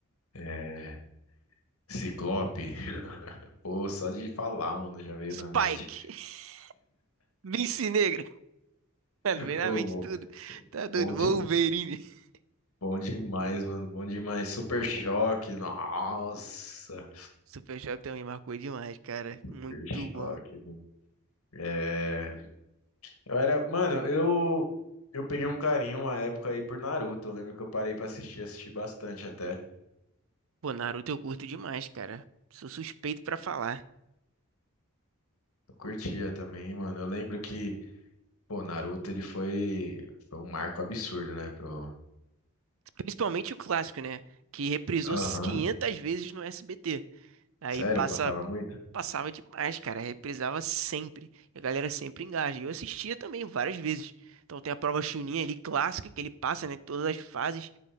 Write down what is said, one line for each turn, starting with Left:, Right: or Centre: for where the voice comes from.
Left: É, Ciclope, pô, só de falar, mano, já veio
Right: Spike,
Left: na mente.
Right: <laughs> Vince Negra. Mano, vem
Left: Pô,
Right: na mente
Left: mo-
Right: tudo. Tá doido,
Left: bom, de,
Right: Wolverine. <laughs>
Left: bom demais, mano, bom demais. Super Choque, nossa,
Right: Super Choque também marcou demais, cara.
Left: Super
Right: Muito
Left: Choque.
Right: bom.
Left: mano. É, eu era, mano, eu eu peguei um carinho uma época aí por Naruto. Eu lembro que eu parei pra assistir, assisti bastante até.
Right: Pô, Naruto eu curto demais, cara. Sou suspeito pra falar.
Left: Eu curtia também, mano. Eu lembro que, pô, Naruto ele foi foi um marco absurdo, né, pro
Right: Principalmente o clássico, né? Que reprisou
Left: Aham.
Right: 500 vezes no SBT. Aí
Left: Sério,
Right: passa,
Left: eu passava muito?
Right: passava demais, cara. Reprisava sempre. E a galera sempre engaja. E eu assistia também várias vezes. Então tem a prova Chunin ali, clássica, que ele passa, né? Todas as fases.